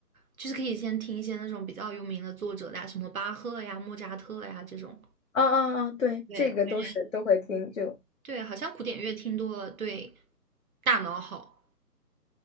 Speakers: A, on the right; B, on the left.
A: 就是可以先听一些那种比较有名的作者的呀，什么巴赫呀、莫扎特呀这种。
B: 啊啊啊，对，
A: 对，
B: 这个都是都会听，
A: 我感觉
B: 就，
A: 对，好像古典乐听多了对大脑好。